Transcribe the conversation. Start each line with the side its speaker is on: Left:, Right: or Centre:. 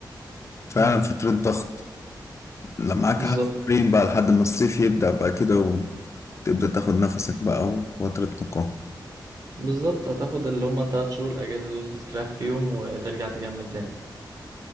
Left: فعلا
Right: مم.
Left: فتره ضغط لما معاك
Right: بالظبط
Left: حاجتين بقى لحد ما الصيف يبدا بقى كده وتبدا تاخد نفسك بقى وفتره نقاهه
Right: بالظبط هتاخد اللي هما تلات شهور الاجازه دول تستريح فيهم وترجع تكمل تاني